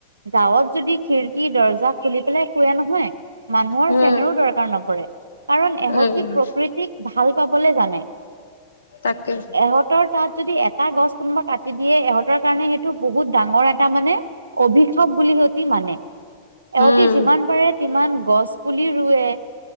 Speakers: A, on the right; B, on the left.
A: গাঁৱত যদি খিৰিকী দৰ্জা খুলি পেলাই শুৱে নহয় মানুহৰ
B: উম,
A: ফেনৰো দৰকাৰ নপৰে কাৰণ এহতি
B: উম, উম,
A: প্ৰকৃতি ভাল পাবলে জানে
B: তাকে।
A: এহঁতৰ তাত যদি এটা গছ কোনোবা কাটি দিয়ে ইহঁতৰ কাৰণে সেইটো বহুত ডাঙৰ এটা মানে অভিশাপ বুলি সিহতি মানে এহতি
B: উম,
A: যিমান পাৰে সিমান গছ পুলি ৰুৱে